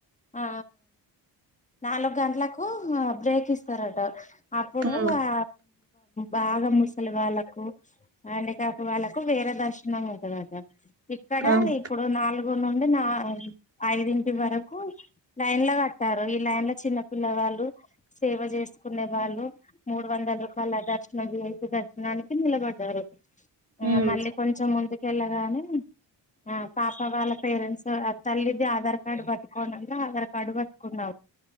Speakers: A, on the left; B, on the right.
A: ఆ నాలుగు గంటలకు బ్రేక్ ఇస్తారట అప్పుడు
B: ఉమ్,
A: ఆ బాగా ముసలి వాళ్ళకు హ్యాండీక్యాప్ వాళ్ళకు వేర దర్శనం ఉంటడత ఇక్కడ
B: అవును
A: ఇప్పుడు నాలుగు నుండి ఐదింటి వరకు లైన్ లో కట్టారు ఈ లైన్ లో చిన్న పిల్ల వాళ్ లు సేవ చేసుకునే వాళ్ళు మూడు వందలు రూపాయలు దర్శ విఐపి దర్శనానికి నిల పడారు ఇగ
B: ఉమ్.
A: మళ్ళీ కొంచం ముందుకు వెళ్ళగానే ఆ పాప వాళ్ళ పేరెంట్స్ తల్లి ది ఆధార్ కార్డ్ బాట్కొని ఆధార్ కార్డు బట్కున్నం